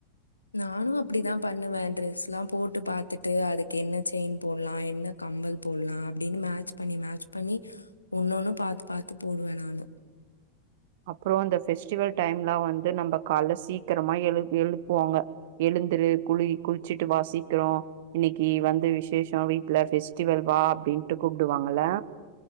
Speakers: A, on the left; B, on the right.
A: நானு அப்டிதா பண்ணுவே ட்ரெஸ் எல்லா போட்டு பாத்துட்டு அதுக்கு என்ன செயின் போடலா என்ன கம்பல் போல்லா அப்டினு மேட்ச் பண்ணி மேட்ச் பண்ணி ஒன்னொண்ணு பாத்து பாத்து போடுவே நானு
B: அப்றோ அந்த ஃபெஸ்டிவல் டைம் எல்லா வந்து நம்ம காலையில சீக்கிரமா எழு எழுப்புவாங்க எழுந்துரு குளி குளிச்சிட்டு வா சீக்கிறோ இன்னைக்கு வந்து விசேஷோ வீட்ல பெஃபெஸ்டிவல் வா அப்டின்ட்டு கூப்பிடுவாங்கலா